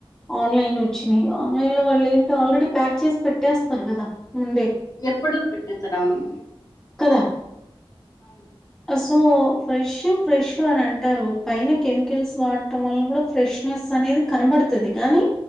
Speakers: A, in the centre; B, on the left.
A: ఆన్లైన్ వచ్చినాయి ఆన్లైన్ లో వాళ్ళు ఏంటో ఆల్రెడీ ప్యాక్ చేసి పెట్టేస్తారు కదా ముందే
B: ఎప్పుడో పెట్టేత్తారు అవును
A: కదా అస్ పో ఫ్రెష్ ఫ్రెష్ అని అంటారు పైన కెమికల్స్ వాడటం వల్ల కూడా ఫ్రెష్నెస్ అనేది కనబడతది గానీ